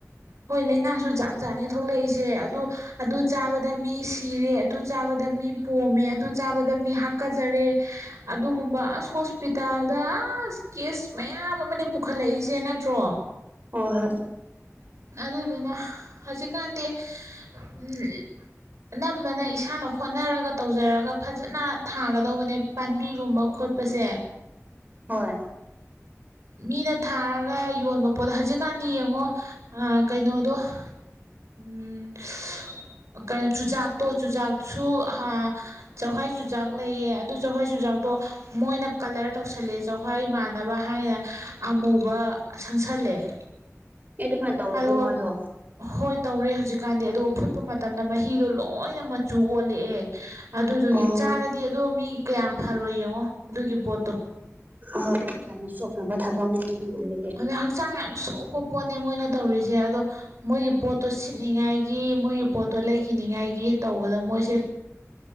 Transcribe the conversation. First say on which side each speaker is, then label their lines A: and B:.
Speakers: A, on the right; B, on the right.
A: ꯍꯣꯏ ꯂꯥꯏꯅꯥꯁꯨ ꯖꯥꯠ ꯖꯥꯠꯅꯦ ꯊꯣꯛꯂꯛꯏꯁꯦ ꯑꯗꯣ ꯑꯗꯨ ꯆꯥꯕꯗ ꯃꯤ ꯁꯤꯔꯦ ꯑꯗꯨ ꯆꯥꯕꯗ ꯃꯤ ꯄꯣꯝꯃꯦ ꯑꯗꯨ ꯆꯥꯕꯗ ꯃꯤ ꯍꯥꯛꯀꯖꯔꯦ ꯑꯗꯨꯒꯨꯝꯕ ꯑꯁ ꯍꯣꯁꯄꯤꯇꯥꯜꯗ ꯑꯥꯁ ꯀꯦꯁ ꯃꯌꯥꯝ ꯑꯃꯅꯦ ꯄꯨꯈꯠꯂꯏꯁꯦ ꯅꯠꯇ꯭ꯔꯣ
B: ꯍꯣꯢ ꯍꯣꯢ
A: ꯑꯗꯨꯗꯨꯅ ꯍꯧꯖꯤꯛꯀꯥꯟꯗꯤ ꯎꯝ ꯑꯅꯝꯕꯅ ꯏꯁꯥꯅ ꯍꯣꯠꯅꯔꯒ ꯇꯧꯖꯔꯒ ꯐꯖꯅ ꯊꯥꯒꯗꯧꯕꯅꯦ ꯄꯥꯝꯕꯤꯒꯨꯝꯕ ꯈꯣꯠꯄꯁꯦ
B: ꯍꯣꯏ
A: ꯃꯤꯅ ꯊꯥꯔꯒ ꯌꯣꯟꯕ ꯄꯣꯠ ꯍꯧꯖꯤꯛꯀꯥꯟꯗꯤ ꯌꯦꯡꯉꯣ ꯑꯥ ꯀꯩꯅꯣꯗꯣ ꯎꯝ <unintelligible> ꯆꯨꯖꯥꯛꯇꯣ ꯆꯨꯖꯥꯛꯁꯨ ꯍꯥ ꯆꯛꯍ꯭ꯋꯥꯏ ꯆꯨꯖꯥꯛ ꯂꯩꯌꯦ ꯑꯗꯨ ꯆꯛꯍ꯭ꯋꯥꯏ ꯆꯨꯖꯥꯛ ꯇꯣ ꯃꯣꯏꯅ ꯀꯂꯔ ꯇꯧꯁꯜꯂꯦ ꯆꯛꯍ꯭ꯋꯥꯏ ꯃꯥꯟꯅꯕ ꯍꯥꯏꯅ ꯑꯃꯨꯕ ꯁꯪꯁꯜꯂꯦ
B: ꯑꯦ ꯑꯗꯨꯃꯥꯏꯅ ꯇꯧꯔꯕ꯭ꯔꯥ
A: ꯑꯗꯨꯒ
B: ꯃꯣꯏꯗꯣ
A: ꯍꫭ ꯍꫭꯏ ꯇꯧꯔꯦ ꯍꯧꯖꯤꯛꯀꯥꯟꯗꯤ ꯑꯗꯨꯒ ꯐꯨꯠꯄ ꯃꯇꯝꯗ ꯃꯍꯤꯗꯣ ꯂꯣꯏꯅ ꯃꯆꯨ ꯑꯣꯜꯂꯑꯦ ꯑꯗꯨꯗꯨꯒꯤ
B: ꯑꯣ
A: ꯆꯥꯔꯗꯤ ꯑꯗꯣ ꯃꯤ ꯀꯌꯥꯝ ꯐꯔꯣꯏ ꯌꯦꯡꯉꯣ ꯑꯗꯨꯒꯤ ꯄꯣꯠꯇꯣ
B: ꯍꯣꯏ ꯌꯥꯝꯅ ꯆꫭꯞꯅꯕ ꯊꯕꯛꯅꯦ ꯑꯗꯨꯒꯨꯝꯕꯗꯤ
A: ꯑꯗꯩ ꯍꯛꯆꯥꯡ ꯌꯥꯝ ꯁꯣꯛꯄ ꯄꯣꯠꯅꯦ ꯃꯣꯏꯅ ꯇꯧꯔꯤꯖꯦ ꯑꯗꯣ ꯃꯣꯏꯒꯤ ꯄꯣꯠꯇꯣ ꯁꯤꯠꯅꯤꯉꯥꯏꯒꯤ ꯃꯣꯏꯒꯤ ꯄꯣꯠꯇꯣ ꯂꯩꯈꯤꯅꯤꯉꯥꯏꯒꯤ ꯇꯧꯕꯗ ꯃꯣꯏ